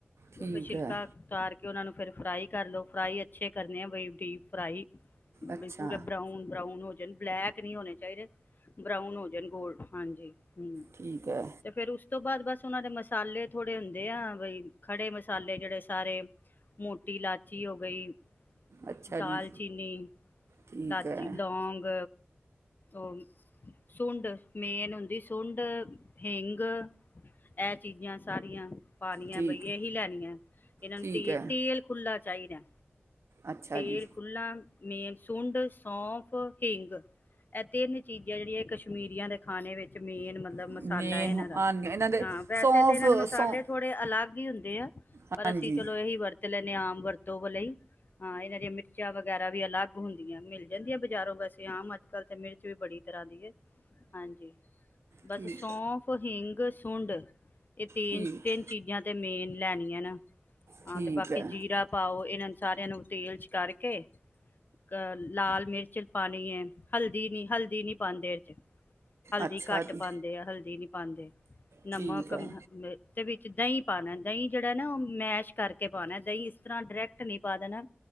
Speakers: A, on the right; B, on the left.
A: ਠੀਕ
B: ਉਹ ਤਾਂ ਸ਼ਿਲਕਾ
A: ਹੈ
B: ਉਤਾਰ ਕੇ ਕਿ ਉਨ੍ਹਾਂ ਨੂੰ ਫਿਰ ਫਰਾਈ ਕਰ ਲੋ ਫਰਾਈ ਅੱਛੇ ਕਰ ਨਯਾ ਬਈ ਡੀਪ ਫ੍ਰਾਈ
A: ਅੱਛਾ
B: ਬਈ ਪੂਰੇ ਬਰਾਊਨ- ਬਰਾਊਨ ਹੋਜ ਬਲੈਕ ਨਹੀਂ ਹੋਣੇ ਚਾਹੀਦੇ। ਬਰਾਊਨ ਹੋ ਜਾਣ ਗੋਲਡ ਹਾਂਜੀ ਹਮ
A: ਠੀਕ ਹੈ
B: ਤੇ ਫਿਰ ਉਸ ਉਸ ਤੋਂ ਬਾਅਦ ਬਸ ਉਹਨਾਂ ਦੇ ਮਸਾਲੇ ਥੋੜ੍ਹੇ ਹੁੰਦੇ ਆ ਬਈ ਖੜੇ ਮਸਾਲੇ ਜਿਹੜੇ ਸਾਰੇ ਮੋਟੀ ਇਲਾਚੀ ਹੋ ਗਈ
A: ਅੱਛਾ
B: ਦਾਲਚੀਨੀ,
A: ਜੀ ਠੀਕ
B: ਲਾਚੀ,
A: ਹੈ
B: ਲੌਗ ਉਹ ਸੁੰਡ ਮੇਨ ਹੁੰਦੀ ਸੁੰਡ, ਹੀਗ ਇਹ ਚੀਜ਼ਾਂ ਸਾਰੀਆਂ। ਪਾਣੀਐ
A: ਠੀਕ
B: ਬਈ
A: ਹੈ,
B: ਇਹੀ ਲੈਣੀ ਹੈ ਇਹਨਾਂ
A: ਠੀਕ
B: ਨੂੰ ਤ
A: ਹੈ
B: ਤੇਲ ਖੁੱਲਾ ਚਾਹੀਦਾ।
A: ਅੱਛਾ
B: ਤੇਲ
A: ਜੀ
B: ਖੁਲਾ ਮੇਨ ਸੁੰਡ, ਸੌਂਫ, ਹਿੰਗ ਇਹ ਤਿੰਨ ਚੀਜ਼ਾਂ ਜਿਹੜੀਆਂ ਕਸ਼ਮੀਰੀਆਂ ਦੇ ਖਾਣੇ ਵਿੱਚ ਜ਼ਮੀਨ ਮਤਲਬ
A: ਮੇਨ
B: ਮਸਾਲਾ ਹੈ ਇਹਨਾਂ ਦਾ
A: ਆ ਇਹਨਾਂ ਦੇ
B: ਹਾਂ ਵੈਸੇ
A: ਸੌਂਫ
B: ਤਾਂ ਇਹਨਾਂ ਦੇ ਮਸਾਲੇ
A: ਸੌਂ
B: ਥੋੜੇ ਅਲੱਗ ਵੀ ਹੁੰਦੇ ਆ।
A: ਹਾਂਜੀ
B: ਪਰ ਅਸੀਂ ਚਲੋ ਇਹੀ ਵਰਤ ਵਰਤ ਲੈਨੇ ਆ ਆਮ ਵਰਤੋਂ ਲਈ। ਹਾਂ ਇਹਨਾਂ ਦੀਆਂ ਮਿਰਚਾਂ ਵਗੈ ਵੀ ਅਲੱਗ ਹੁੰਦੀਆਂ ਮਿਲ ਜਾਂਦੀਆਂ ਬਜ਼ਾਰੋਂ ਵੈਸੇ ਆਮ ਅੱਜ ਕੱਲ ਤੇ ਮਿਰਚ ਵੀ ਬੜੀ ਤਰ੍ਹਾਂ ਦੀ ਹੈ। ਹਾਂਜੀ ਬਸ
A: ਠੀਕ
B: ਸੌਂਫ ਹਿੰਗ, ਸੁੰਡ ਇਹ ਤਿੰਨ-ਤਿੰਨ
A: ਠੀਕ
B: ਚੀਜ਼ਾਂ ਤੇ ਮੇਨ ਲੈਣੀਆਂ ਨਾ
A: ਠੀਕ
B: ਹਾਂ ਤੇ ਬਾਕੀ
A: ਹੈ
B: ਜੀਰਾ ਪਾਓ ਇਹਨਾਂ ਸਾਰਿਆਂ ਨੂੰ ਤੇਲ ਚ ਕਰਕੇ ਅਹ ਲਾਲ ਮਿਰਚ ਪਾਨੀ ਹੈ ਹਲਦੀ ਨੀ, ਹਲਦੀ ਨੀ ਪਾਉਂਦੇ ਇਹਦੇ ਚ। ਹਲਦੀ
A: ਅੱਛਾ
B: ਘੱਟ
A: ਜੀ
B: ਪਾਉਂਦੇ ਆ ਹਲਦੀ ਨੀ ਪਾਂਦੇ। ਨਮਕ
A: ਠੀਕ ਹੈ
B: ਮ ਦੇ ਵਿੱਚ ਦਹੀਂ ਪਾਨਾ ਦਹੀਂ ਜਿਹੜਾ ਨਾ ਉਹ ਮੈਸ਼ ਕਰਕੇ ਪਾਨਾ ਦਹੀਂ ਇਸ ਤਰ੍ਹਾਂ ਡਾਇਰੈਕਟ ਨੀ ਪਾ ਦੇਣਾ